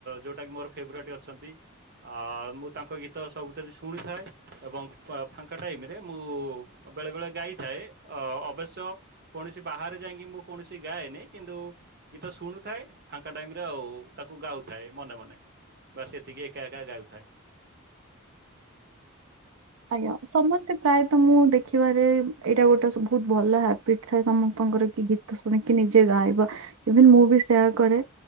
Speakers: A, on the right; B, on the right.
A: ଯୋଉଟା କି ମୋର ଫେବରେଟ୍ ଅଛନ୍ତି। ଆ ମୁଁ ତାଙ୍କ ଗୀତ ସବୁଥିରେ ଶୁଣିଥାଏ ଏବଂ ପା ଫାଙ୍କା ଟାଇମରେ ମୁଁ ବେଳେ ବେଳେ ଗାଇଥାଏ ଅ ଅବଶ୍ୟ କୌଣସି ବାହାରେ ଯାଇକି ମୁଁ କୌଣସି ଗାଏନି କିନ୍ତୁ ଗୀତ ଶୁଣୁଥାଏ। ଫାଙ୍କା ଟାଇମରେ ଆଉ ତାକୁ ଗାଉଥାଏ ମନେ ମନେ ବାସ ଏତିକି ଏକା ଏକା ଗାଉଥାଏ।
B: ଆଜ୍ଞା ସମସ୍ତେ ପ୍ରାୟତଃ ମୁଁ ଦେଖିବାରେ ଏଇଟା ଗୋଟେ ସୁ ବୋହୁତ ଭଲ ହାବିଟ୍ ଥାଏ ସମସ୍ତଙ୍କର କି ଗୀ ତ ଶୁଣିକି ନିଜେ ଗାଇବା ଇଭିନ୍ ମୁଁ ବି ସେୟା କରେ।